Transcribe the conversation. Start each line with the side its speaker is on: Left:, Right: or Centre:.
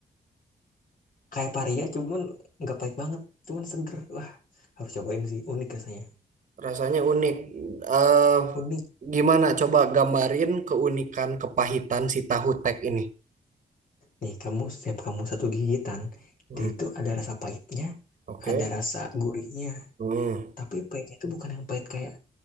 Left: kayak paria, cuman nggak pahit banget, cuman seger. Wah, harus cobain sih, unik rasanya.
Right: Rasanya unik. eh
Left: Unik.
Right: gimana? Coba gambarin keunikan kepahitan si tahu tek ini.
Left: Nih, kamu setiap kamu satu gigitan,
Right: Hmm,
Left: dia itu ada rasa pahitnya,
Right: Oke.
Left: ada rasa gurihnya.
Right: Hmm.
Left: Tapi pahitnya itu bukan yang pahit kayak